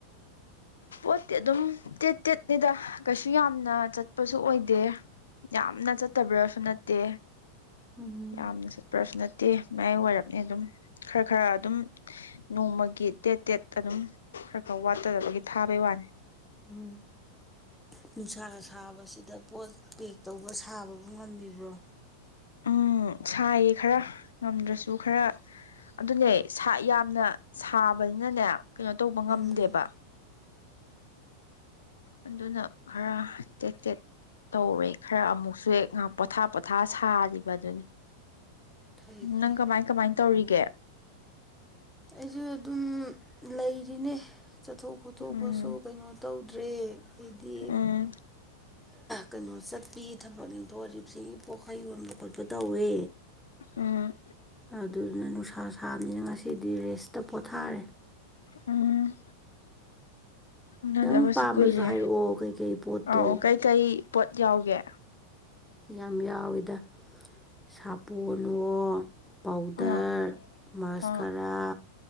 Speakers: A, on the left (about 70°); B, in the centre.
A: ꯄꯣꯠꯇꯤ ꯑꯗꯨꯝ ꯇꯦꯠ ꯇꯦꯠꯅꯤꯗ ꯀꯩꯁꯨ ꯌꯥꯝꯅ ꯆꯠꯄꯁꯨ ꯑꯣꯏꯗꯦ ꯌꯥꯝꯅ ꯆꯠꯇꯕ꯭ꯔꯁꯨ ꯅꯠꯇꯦ
B: ꯎꯝ
A: ꯌꯥꯝꯅ ꯆꯠ ꯄ꯭ꯔꯁꯨ ꯅꯠꯇꯦ ꯃꯌꯥꯏ ꯋꯥꯏꯔꯞꯅꯦ ꯑꯗꯨꯝ ꯈꯔ ꯈꯔ ꯑꯗꯨꯝ ꯅꯣꯡꯃꯒꯤ ꯇꯦꯠ ꯇꯦꯠ ꯑꯗꯨꯝ ꯈꯔ ꯈꯔ ꯋꯥꯠꯇꯗꯕꯒꯤ ꯊꯥꯕꯩ ꯋꯥꯅꯤ
B: ꯎ ꯅꯨꯡꯁꯥꯒ ꯁꯥꯕꯁꯤꯗ ꯄꯣꯠ ꯄꯤ ꯑ ꯇꯧꯕ ꯁꯥꯕꯕꯨ ꯉꯝꯃꯤꯕ꯭ꯔꯣ
A: ꯎꯝ ꯁꯥꯏꯌꯦ ꯈꯔ ꯉꯝꯗ꯭ꯔꯁꯨ ꯈꯔ ꯑꯗꯨꯅꯦ ꯌꯥꯝꯅ ꯁꯥꯕꯅꯤꯅꯅꯦ ꯀꯩꯅꯣ ꯇꯧꯕ ꯉꯝꯗꯦꯕ
B: ꯎꯝ
A: ꯑꯗꯨꯅ ꯈꯔ ꯇꯦꯠ ꯇꯦꯠ ꯇꯧꯔꯦ ꯈꯔ ꯑꯃꯨꯛꯁꯨ ꯍꯦꯛ ꯉꯥꯛ ꯄꯣꯊꯥ ꯄꯣꯊꯥ ꯁꯥꯔꯤꯕ ꯑꯗꯨꯅꯤ
B: ꯐꯩ ꯐꯩ
A: ꯅꯪ ꯀꯃꯥꯏ ꯀꯃꯥꯏ ꯇꯧꯔꯤꯒꯦ
B: ꯑꯩꯁꯨ ꯑꯗꯨꯝ ꯂꯩꯔꯤꯅꯦ ꯆꯠꯊꯣꯛ ꯈꯣꯠꯇꯣꯛꯄꯁꯨ
A: ꯎꯝ
B: ꯀꯩꯅꯣ ꯇꯧꯗ꯭ꯔꯦ ꯍꯥꯏꯗꯤ
A: ꯎꯝ
B: ꯀꯩꯅꯣ ꯆꯠꯄꯤꯒꯤ ꯊꯕꯛꯅꯤꯗꯣꯔꯤꯕꯁꯤ ꯄꯣꯛ ꯐꯩ ꯌꯣꯟꯕ ꯈꯣꯠꯄ ꯇꯧꯋꯦ
A: ꯎꯝ
B: ꯑꯗꯨꯗꯨꯅ ꯅꯨꯡꯁꯥ ꯁꯥꯕꯅꯤꯅ ꯉꯁꯤꯗꯤ ꯔꯦꯁꯇ ꯄꯣꯊꯥꯔꯦ
A: ꯎꯝ ꯎꯅꯗꯕꯁꯨ
B: ꯅꯪ ꯄꯥꯝꯕꯁꯨ
A: ꯀꯨꯏꯔꯦ
B: ꯍꯥꯏꯔꯛꯑꯣ ꯀꯩꯀꯩ ꯄꯣꯠꯇꯣ
A: ꯑ ꯀꯩꯀꯩ ꯄꯣꯠ ꯌꯥꯎꯒꯦ
B: ꯌꯥꯝ ꯌꯥꯎꯋꯤꯗ ꯁꯥꯄꯣꯟꯅꯣ ꯄꯥꯎꯗꯔ
A: ꯑꯥ
B: ꯃꯥꯁꯀꯥꯔ
A: ꯑꯥ
B: ꯈꯔꯥ